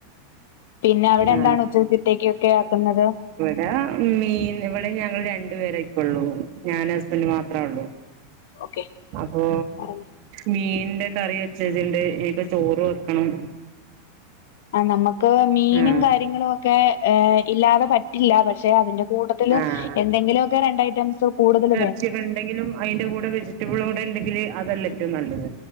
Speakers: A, on the left; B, on the right.
A: പിന്നെ അവിടെ
B: ആ
A: എന്താണ് ഉച്ചക്കത്തേക്കൊക്കെ ആക്കുന്നത്
B: ദാ മീൻ ഇവിടെ ഞങ്ങൾ രണ്ടു പേരെ ഇപ്പ ഉള്ളൂ ഞാനും ഹസ്ബൻഡ് മാത്രേ ഉള്ളൂ
A: ഓക്കെ
B: അപ്പൊ
A: പറഞ്ഞു.
B: മീനിന്റെ കറി വെച്ചുവെച്ചിട്ടുണ്ട് ഇനീപ്പോ ചോറ് വെക്കണം
A: ആഹ് നമുക്ക് മീനും
B: ആ
A: കാര്യങ്ങളും ഒക്കെ ഇല്ലാതെ പറ്റില്ല പക്ഷെ അതിന്റെ കൂട്ടത്തില്
B: ആ
A: എന്തെങ്കിലുമൊക്കെ രണ്ട് ഐറ്റംസ് കൂടുതൽ വേ
B: വെച്ചിട്ടുണ്ടെങ്കിലും അയിന്റെ കൂടെ വെജിറ്റബിളൂടെ ഉണ്ടെങ്കിൽ അതല്ലേറ്റവും നല്ലത്